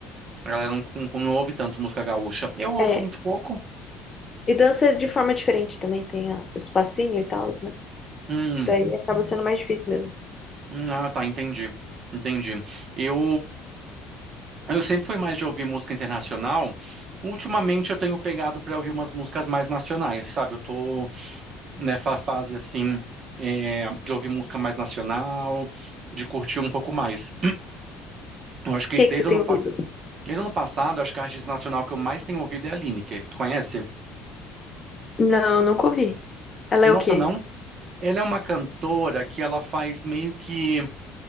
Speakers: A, on the right (about 45°); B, on the left (about 25°).
A: A galera não, não, não ouve tanto música gaúcha. Eu ouço
B: É.
A: muito pouco.
B: E dança de forma diferente também, tem a- os passinhos e tal, né?
A: Hum.
B: Daí acaba sendo mais difícil mesmo. O
A: Hum, Ah, tá, entendi. Entendi. Eu Eu sempre fui mais de ouvir música internacional. Ultimamente eu tenho pegado para ouvir umas músicas mais nacionais, sabe? Eu tô nessa fase assim, é, de ouvir música mais nacional, de curtir um pouco mais. Eu acho que
B: que
A: desde
B: que você tem
A: o ano,
B: ouvido?
A: pa- desde o ano passado, acho que a artista nacional que eu mais tenho ouvido é a Lineker. Tu conhece?
B: Não, nunca ouvi. Ela
A: Nossa,
B: é o quê?
A: não? Ela é uma cantora que ela faz meio que